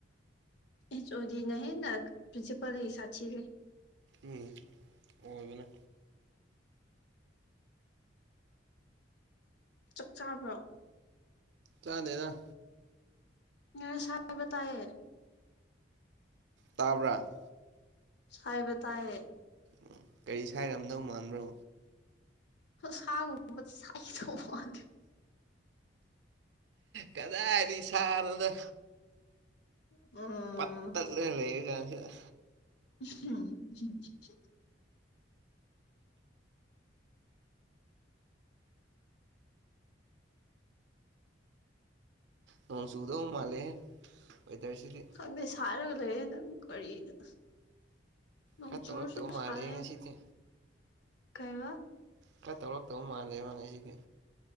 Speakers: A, on the left; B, on the right.
A: ꯑꯩꯆ ꯑꯣ ꯗꯤꯅ ꯍꯦꯟꯅ ꯄ꯭ꯔꯤꯟꯁꯤꯄꯥꯜꯗꯥꯒꯤ ꯁꯥꯊꯤꯔꯦ꯫
B: ꯎꯝ ꯑꯣꯏꯕꯥꯅꯦ
A: ꯆꯥꯛ ꯆꯥꯕ꯭ꯔꯣ?
B: ꯆꯥꯗꯦꯗꯥ ꯫
A: ꯅꯪ ꯁꯥꯏꯕ ꯇꯏꯌꯦ
B: ꯇꯥꯕ꯭ꯔꯥ?
A: ꯁꯥꯏꯕꯥ ꯇꯥꯏꯌꯦ
B: ꯎ ꯀꯔꯤ ꯁꯥꯏꯔꯝꯗꯧ ꯃꯥꯟꯕ꯭ꯔꯣ?
A: ꯁꯥꯒꯨꯝꯕꯥ ꯁꯥꯏꯗꯧꯕ ꯃꯥꯜꯂꯑꯦ <unintelligible> <inaudible>
B: ꯀꯗꯥꯏꯗꯩ ꯁꯅꯣꯗꯥ
A: ꯎꯝ
B: ꯄꯠ ꯇꯠꯂ ꯂꯩꯔꯤ ꯀꯥꯟꯁꯤꯗ
A: ꯑꯨꯝꯍꯨꯝ ꯍꯨꯝ ꯍꯨꯝ ꯍꯨꯝ
B: ꯅꯣꯡ ꯆꯨꯗꯧ ꯃꯥꯜꯂꯦꯍꯦ ꯋꯦꯗꯔꯁꯤꯗꯤ
A: ꯈꯪꯗꯦ ꯁꯥꯏꯔꯒ ꯂꯩꯔꯦ ꯅꯪ ꯀꯔꯤꯅꯣ ꯅꯣꯡ
B: ꯈꯔ
A: ꯆꯨꯔꯁꯨ
B: ꯇꯧꯔꯛꯇꯧ ꯃꯥꯜꯂꯦ
A: ꯁꯥꯏꯌꯦ
B: ꯉꯁꯤꯗꯤ
A: ꯀꯩꯕꯥ
B: ꯈ꯭ꯔꯥ ꯇꯧꯔꯛꯇꯧ ꯃꯥꯜꯂꯦꯕ ꯉꯁꯤꯗꯤ